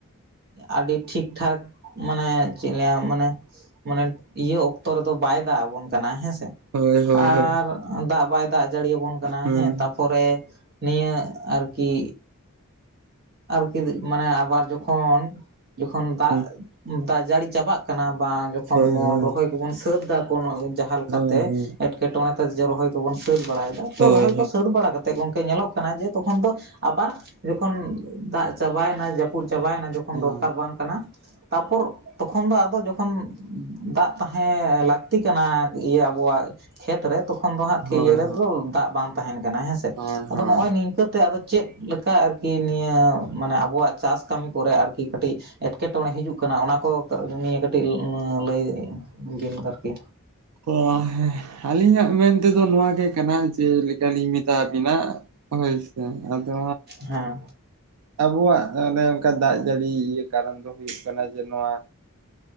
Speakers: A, on the right; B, on the right.
A: ᱟᱹᱰᱤ ᱴᱷᱤᱠ ᱴᱷᱟᱠ ᱢᱟᱱᱮ ᱪᱮᱫ ᱤᱧ ᱞᱟᱹᱭᱟ ᱢᱟᱱᱮ ᱢᱟᱱᱮ ᱤᱭᱟᱹ ᱚᱠᱛᱚ ᱨᱮᱫᱚ ᱵᱟᱭ ᱫᱟᱜ ᱟᱵᱚᱱ ᱠᱟᱱᱟ ᱦᱮᱸ ᱥᱮ
B: ᱦᱳᱭ ᱦᱳᱭ
A: ᱟᱨ
B: ᱦᱳᱭ
A: ᱫᱟᱜ ᱵᱟᱭ ᱫᱟᱜ ᱡᱟᱹᱲᱤᱭᱟᱵᱚᱱ ᱠᱟᱱᱟ
B: ᱦᱩᱸ
A: ᱦᱮᱸ ᱛᱟᱼ ᱯᱚᱨᱮ ᱱᱤᱭᱟᱹ ᱟᱨᱠᱤ ᱟᱨᱠᱤ ᱢᱟᱱᱮ ᱟᱵᱟᱨ ᱡᱚᱠᱷᱚᱱ ᱡᱚᱠᱷᱚᱱ ᱫᱟᱜ
B: ᱦᱩᱸ
A: ᱫᱟᱜ ᱡᱟᱹᱲᱤ ᱪᱟᱵᱟᱜ ᱠᱟᱱᱟ ᱵᱟᱝ ᱡᱚᱠᱷᱚᱱ
B: ᱦᱳᱭ
A: ᱵᱚᱱ
B: ᱦᱳᱭ
A: ᱨᱚᱦᱚᱭ ᱠᱚᱵᱚᱱ ᱥᱟᱹᱛ ᱫᱟ ᱡᱟᱦᱟᱸ ᱞᱮᱠᱟ
B: ᱦᱳᱭ
A: ᱛᱮ
B: ᱦᱳᱭ ᱦᱳᱭ
A: ᱮᱴᱠᱮᱴᱚᱬᱮ ᱛᱮ ᱨᱚᱦᱚᱭ ᱠᱚᱵᱚᱱ ᱥᱟᱹᱛ ᱵᱟᱲᱟᱭ ᱫᱟ ᱛᱚ
B: ᱦᱳᱭ
A: ᱨᱚᱦᱚᱭ
B: ᱦᱳᱭ ᱦᱳᱭ
A: ᱠᱚ ᱥᱟᱹᱛ ᱵᱟᱲᱟ ᱠᱟᱛᱮ ᱧᱮᱞᱚᱜ ᱠᱟᱱᱟ ᱡᱮ ᱛᱚᱠᱷᱚᱱ ᱫᱚ ᱟᱵᱟᱨ ᱡᱚᱠᱷᱚᱱ ᱫᱟᱜ ᱪᱟᱵᱟᱭᱱᱟ ᱯᱩᱲ ᱪᱟᱵᱟᱭᱱᱟ ᱡᱚᱠᱷᱚᱱ
B: ᱦᱳᱭ
A: ᱫᱚᱨᱠᱟᱨ ᱵᱟᱝ ᱠᱟᱱᱟ ᱛᱟᱯᱚᱨ ᱛᱚᱠᱷᱚᱱ ᱫᱚ ᱟᱫᱚ ᱡᱚᱠᱷᱚᱱ ᱫᱟᱜ ᱛᱟᱦᱮᱸ ᱞᱟᱹ ᱼᱼᱠᱛᱤ ᱠᱟᱱᱟ ᱤᱭᱟᱹ ᱟᱵᱚᱣᱟᱜ ᱠᱷᱮᱛ ᱨᱮ ᱛᱚᱠᱷᱚᱱ ᱫᱚ ᱦᱟᱸᱜ ᱤᱭᱟᱹ
B: ᱦᱳᱭ ᱦᱳᱭ
A: ᱨᱮᱫᱚ ᱫᱟᱜ ᱵᱟᱝ ᱛᱟᱦᱮᱱ ᱠᱟᱱᱟ ᱦᱮᱸ ᱥᱮ
B: ᱦᱳᱭ
A: ᱟᱫᱚ
B: ᱦᱳᱭ
A: ᱱᱚᱜᱼᱚᱭ ᱱᱤ ᱱᱤᱝᱠᱟᱹ ᱛᱮ ᱟᱫᱚ ᱪᱮᱫ ᱞᱮᱠᱟ ᱟᱨᱠᱤ ᱱᱤᱭᱟᱹ ᱢᱟᱱᱮ ᱟᱵᱚᱣᱟᱜ ᱪᱟᱥ ᱠᱟᱹᱢᱤ ᱠᱚᱨᱮ ᱟᱨᱠᱤ ᱠᱟᱹᱴᱤᱡ ᱮᱸᱴᱠᱮᱴᱚᱬᱮ ᱦᱤᱡᱩᱜ ᱠᱟᱱᱟ ᱚᱱᱟ ᱠᱚ ᱱᱤᱭᱮ ᱠᱟᱹᱴᱤᱡ ᱞᱟᱹᱭ ᱵᱤᱱ ᱟᱨᱠᱤ
B: ᱠᱚ ᱦᱮᱸ ᱟᱹᱞᱤᱧᱟᱜ ᱢᱮᱱ ᱛᱮᱫᱚ ᱱᱚᱣᱟ ᱜᱮ ᱠᱟᱱᱟ ᱪᱮᱫ ᱞᱮᱠᱟ ᱞᱤᱧ ᱢᱮᱛᱟ ᱟᱵᱤᱱᱟ ᱦᱳᱭ ᱥᱮ ᱟᱫᱚ
A: ᱦᱮᱸ
B: ᱟᱵᱚᱣᱟᱜ ᱚᱱᱮ ᱚᱝᱠᱟ ᱫᱟᱜ ᱡᱟᱹᱲᱤ ᱤᱭᱟᱹ ᱠᱟᱨᱚᱱ ᱫᱚ ᱦᱩᱭᱩᱜ ᱠᱟᱱᱟ ᱡᱮ ᱱᱚᱣᱟ